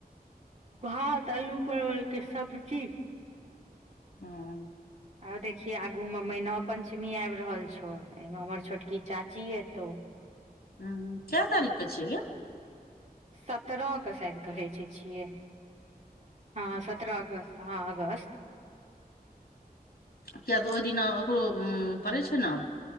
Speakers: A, on the right; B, on the left.
A: भात आलू परवलके सब्जी
B: हँ
A: आब देखियै आगूमे मैना पञ्चमी आब रहल छौ एहिमे हमर छोटकी चाची एतौ
B: ह कै तारिख के छै यै
A: सत्ररह के शाद कहै छै छियै हँ सत्रह अगस्त त हँ अगस्त
B: किया तऽ ओहि दिना ओकरो उ पड़ै छै न